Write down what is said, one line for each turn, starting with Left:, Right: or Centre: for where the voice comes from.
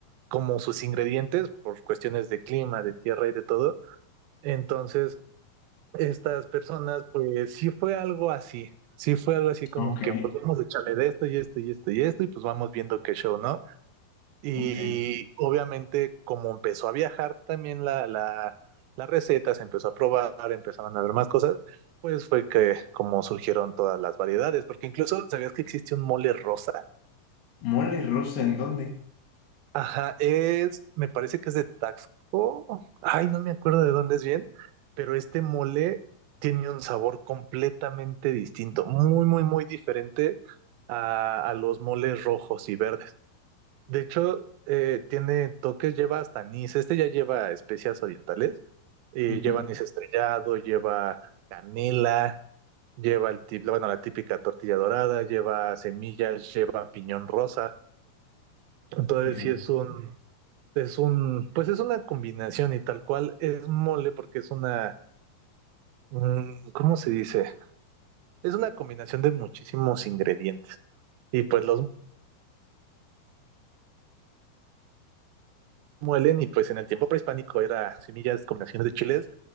Right: como sus ingredientes por cuestiones de clima, de tierra y de todo. Entonces, estas personas, pues sí fue algo así, sí fue algo así como
Left: ok,
Right: que pues vamos a echarle de esto y esto y esto y esto y pues vamos viendo qué show, ¿no? Y
Left: ok.
Right: obviamente como empezó a viajar también la, la, la receta, se empezó a probar, empezaron a ver más cosas, pues fue que como surgieron todas las variedades, porque incluso sabías que existe un mole rosa.
Left: Mole rosa, ¿en dónde?
Right: Ajá, es, me parece que es de Taxco. Ay, no me acuerdo de dónde es bien, pero este mole tiene un sabor completamente distinto, muy, muy, muy diferente a, a los moles rojos y verdes. De hecho, eh, tiene toques, lleva hasta anís. Este ya lleva especias orientales, y
Left: Ujú.
Right: lleva anís estrellado, lleva canela, lleva el, ti- bueno, la típica tortilla dorada, lleva semillas, lleva piñón rosa. Entonces,
Left: Yo.
Right: sí es un, es un, pues es una combinación y tal cual es mole porque es una, mm, ¿cómo se dice? Es una combinación de muchísimos ingredientes. Y pues los muelen y pues en el tiempo prehispánico era semillas, combinaciones de chiles.